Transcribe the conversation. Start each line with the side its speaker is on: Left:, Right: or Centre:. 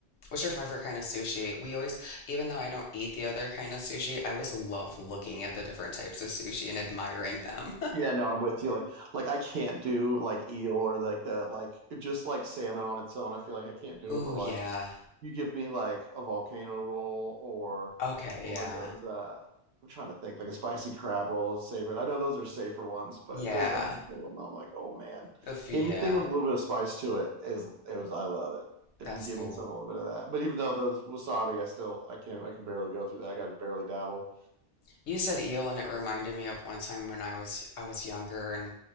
Left: What's your favorite kind of sushi? We always, even though I don't eat the other kind of sushi, I always love looking at the different types of sushi and admiring them.
Right: Yeah, no, I'm with you. Like, like I can't do like eel or like the like just like salmon on its own. I feel like I can't do
Left: <laughs> Ooh,
Right: it. But like,
Left: yeah.
Right: you give me like a volcano roll or
Left: Okay,
Right: one
Left: yeah.
Right: of those. Uh, I'm trying to think. Like a spicy crab roll is favorite. I know those are safer ones, but
Left: Yeah.
Right: there's a handful of them. that I'm like, oh man,
Left: The
Right: anything
Left: yeah.
Right: with a little bit of spice to it is is I love it. If
Left: That's
Right: you give
Left: cool.
Right: me some a little bit of that, but even though those wasabi, I still I can't I can barely go through that. I got to barely dabble.
Left: You said eel and it reminded me of one time when I was I was younger and